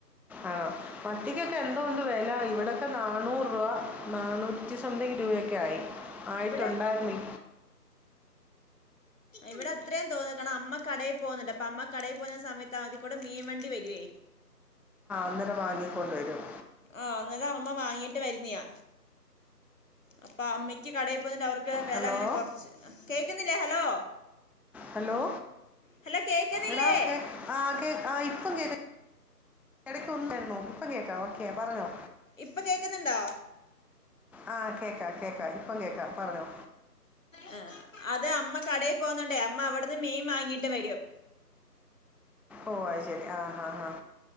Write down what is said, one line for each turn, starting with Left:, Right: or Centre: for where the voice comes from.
Centre: ആണോ മത്തിക്കൊക്കെ എന്തൊണ്ട് വില ഇവിടൊക്കെ നാനൂറ് രൂപ നാനൂറ്റി സംതിങ് രൂപയൊക്കെ ആയി ആയിട്ടുണ്ടായിുന്നീ
Left: ഇവിടെ ഇവിടെ അത്രയും തോന്ന കണം അമ്മ കടയിൽ പോകുന്നുണ്ട് അപ്പൊ അമ്മ കടയിൽ പോകുന്ന സമയത്ത് അതി കൂടെ മീൻ വണ്ടി വരുവേ
Centre: അന്ദരം <unintelligible> വാങ്ങിക്കൊണ്ടുവരും
Left: ആഹ അന്നരം അമ്മ വാങ്ങിട്ട് വരുന്നിയാ അപ്പൊ അമ്മയ്ക്ക് കടയിൽ പോന്നിട്ട് അവർ വില
Centre: ഹലോ
Left: അങ്ങനെ കൊറച്ച് കേൾക്കുന്നില്ലേ ഹലോ
Centre: ഹലോ
Left: ഹലോ കേക്കുന്നില്ലേ
Centre: എടാ ആ ആ ഇപ്പൊ കേ ഇടക്ക്ൊന്നായിുന്നോ ഇപ്പ കേൾക്കാ ഓക്കെ പറഞ്ഞോ
Left: ഇപ്പൊ കേക്കുന്നുണ്ടോ
Centre: ആഹ കേക്കാ കേക്കാ ഇപ്പൊ കേക്കാ പറഞ്ഞോ
Left: ആ അത് അമ്മ കടയിൽ പോകുന്നുണ്ടേ അമ്മ അവിടുന്ന് മീൻ വാങ്ങിട്ട് വരും
Centre: ഓ ആയി ശെരി ആ ആ ആഹ്